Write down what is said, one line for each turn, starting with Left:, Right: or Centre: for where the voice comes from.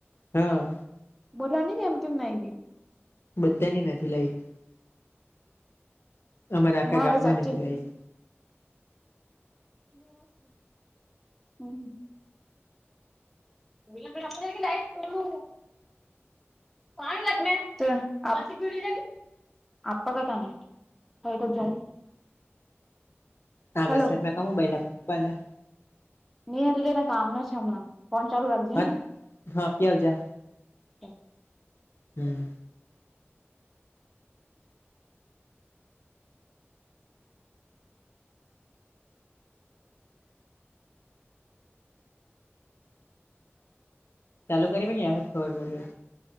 Left: હા
Centre: બધાની એમ કેમ નાઈ ગઈ
Left: બધાંની નથી લાઈટ અમારા આખા
Centre: મારે
Left: ગામમાં
Centre: સાચે
Left: નથી લાઈટ
Centre: <unintelligible> <unintelligible> પાણી લ આપ કતાને <unintelligible>
Left: આ
Centre: હલો
Left: વરસાદને કેઉ બે લકવાના
Centre: ની એટલે તેને કામનું છે હમણાં ફોન ચાલુ રાખજે
Left: હ
Centre: હે ને
Left: હા આપીઆવજા
Centre: હે
Left: હમ્મ ચાલુ કરી મીલની આવહે તો ખબર પડહે